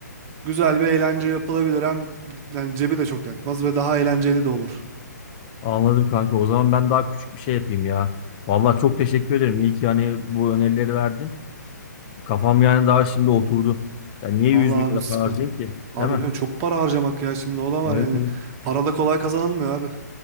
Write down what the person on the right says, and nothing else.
Güzel bir eğlence yapılabilir hem yani cebi de çok yakmaz ve daha eğlenceli de olur.
Allah
abi
sıkın.
Abi
yani çok para harcamak ya şimdi o da var
yani.
Para da kolay kazanılmıyor abi.